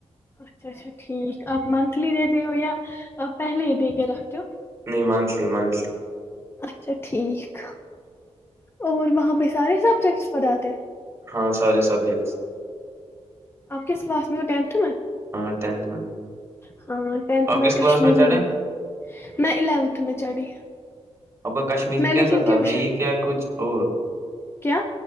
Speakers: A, on the left; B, on the right.
A: اچھا اچھا ٹھیک۔ آپ منتھلی دیتے ہو یا آپ پہلے ہی دے کے رکھتے ہو؟
B: نہیں۔ Monthly monthly.
A: اچھا ٹھیک۔ اور وہاں پر۔۔ سارے سبجیکٹس پڑھاتے ہیں؟
B: ہاں سارے سبجیکٹس۔
A: آپ کس کلاس میں وہ؟ ٹینتھ میں؟
B: ہاں ٹینتھ میں۔
A: ہاں ٹینتھ
B: آپ
A: میں
B: کس کلاس
A: کشمیری
B: چڑھے
A: نہیں میں الیونتھ میں چڑھی۔
B: آپ کا کشمیری
A: میں لیکن
B: کیسا تھا
A: ٹٹیوشن۔۔۔
B: ویک یا کچھ اور؟
A: کیا؟